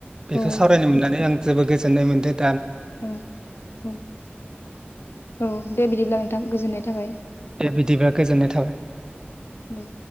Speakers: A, on the right; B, on the left.
A: बेखौ
B: औ
A: सावरायनो मोननानै आं जोबोद गोजोननाय मोनदो
B: औ औ औ दे बिदिब्ला नोंथां गोजोननाय थाबाय।
A: दे बिदिब्ला गोजोननाय थाबाय।
B: दे